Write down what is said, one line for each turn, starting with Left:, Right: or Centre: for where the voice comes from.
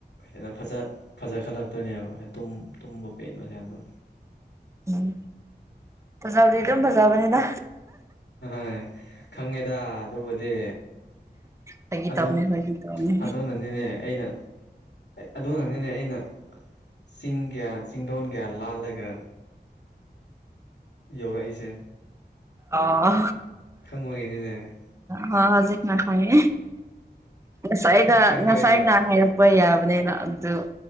Left: ꯍꯦꯟꯅ ꯐꯖ ꯐꯖꯈꯠꯂꯛꯇꯣꯏꯅꯦꯕ ꯇꯨꯝꯕ ꯄꯦꯟꯕꯁꯦ ꯌꯥꯝꯅ
Right: ꯎꯝ ꯐꯖꯕꯨꯗꯤ ꯑꯗꯨꯝ ꯐꯖꯕꯅꯤꯅ
Left: ꯑꯍꯣꯏ ꯈꯪꯉꯦꯗ ꯑꯗꯨꯕꯨꯗꯤ
Right: ꯐꯥꯒꯤ
Left: ꯑꯗꯨ
Right: ꯇꯧꯕꯅꯦ ꯐꯥꯒꯤ ꯇꯧꯕꯅꯦ
Left: ꯑꯗꯨꯅꯅꯤꯅꯦ ꯑꯩꯅ ꯑꯗꯨꯅꯅꯤꯅꯦ ꯑꯩꯅ ꯆꯤꯡ ꯀꯌꯥ ꯆꯤꯡꯗꯣꯟ ꯀꯌꯥ ꯂꯥꯜꯂꯒ ꯌꯧꯔꯛꯏꯁꯦ
Right: ꯑꯣ
Left: ꯈꯪꯕꯒꯤꯅꯤꯅꯦ
Right: ꯍ ꯍꯧꯖꯤꯅꯈꯥꯏ ꯉꯁꯥꯏꯗ
Left: ꯈꯪꯈ꯭ꯔꯦꯒ
Right: ꯉꯁꯥꯏꯅ ꯍꯥꯏꯔꯛꯄ ꯌꯥꯕꯅꯤꯅ ꯑꯗꯨ